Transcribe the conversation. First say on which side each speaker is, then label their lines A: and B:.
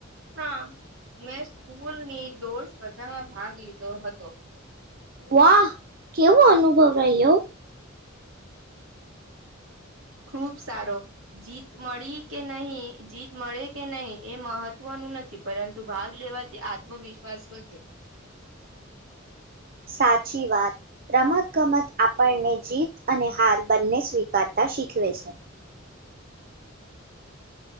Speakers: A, on the right (about 80°); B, on the right (about 45°).
A: હા મેં સ્કૂલની દોડ સ્પર્ધામાં ભાગ લીધો હતો.
B: વાહ કેવો અનુભવ રહ્યો!
A: ખૂબ સારો જીત મળી કે નહીં જીત મળે કે નહીં એ મહત્વનું નથી પરંતુ ભાગ લેવાથી આત્મવિશ્વાસ વધે
B: સાચી વાત રમતગમત આપણને જીત અને હાર બંને સ્વીકારતા શીખવે છે.